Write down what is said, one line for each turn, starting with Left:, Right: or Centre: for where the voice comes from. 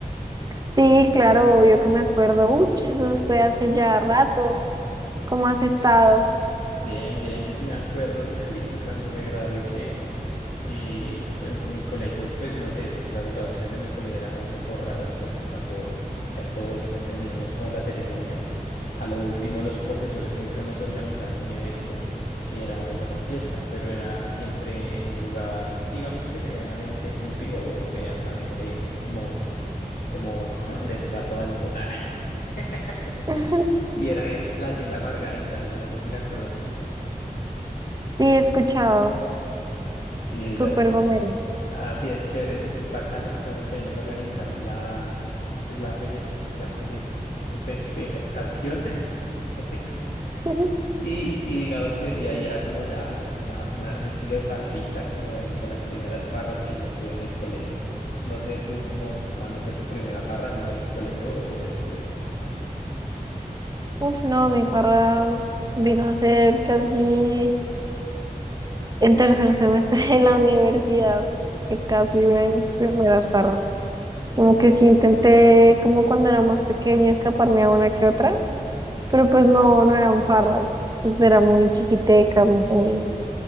Right: Sí, claro, obvio que me acuerdo. Uy, eso fue hace ya rato. ¿Cómo has estado?
Left: Bien, bien, yo sí me acuerdo <laughs> y cuando me gradué que eh, uf, en mi colegio, pues no sé, las graduaciones de mi colegio eran un poco raras porque cuando ya todos te- teníamos como la ceremonia, a lo último los profesores siempre nos organizaban un evento que era ir a una fiesta, pero era siempre en un lugar, digamos que medianamente pupi o medianamente como, como <laughs> de estrato alto. <laughs>
Right: <laughs>
Left: Y era en la Hacienda Margarita, yo no sé si la conoces.
Right: Sí, he escuchado.
Left: Sí, esas
Right: Súper gomelo.
Left: Así es, chévere, es, es bajano, digamos que ahí nos organizaban la, pues la, fejest- la fejest- festejación <laughs>
Right: <laughs>
Left: y, y digamos que sí, ahí era como ya una, una- un estilo de farrita, como el de las primeras farras que yo tuve en el colegio. No sé tú como cuándo fue tu primera farra, si fue en el colegio o, o después.
Right: Uf, no, mi farra vino a ser casi en tercer semestre de la universidad, que casi una de mis primeras farras. Como que sí intenté, como cuando era más pequeña, escaparme a una que otra, pero pues no, no eran farras, pues era muy chiquiteca, muy